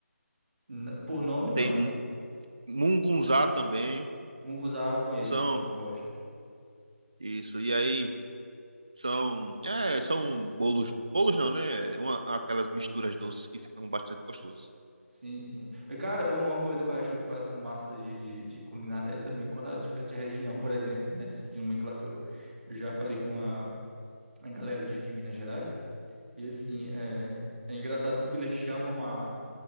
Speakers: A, on the right; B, on the right.
A: N- Por nome, não.
B: Tem mu- mungunzá também.
A: Munguzá eu conheço,
B: São
A: é bom, eu gosto.
B: Isso, e aí são, é, são bolos, bolos não, né? Uma, aquelas misturas doces que ficam bastante gostosas.
A: Sim, sim. E, Cara, um- uma coisa que eu acho, que eu acho massa de, de, de culinária é também quando é diferente de região, por exemplo, né, essa de nomenclatura. Eu já falei com a, a galera de, de Minas Gerais, e assim, é, é engraçado porque eles chamam a...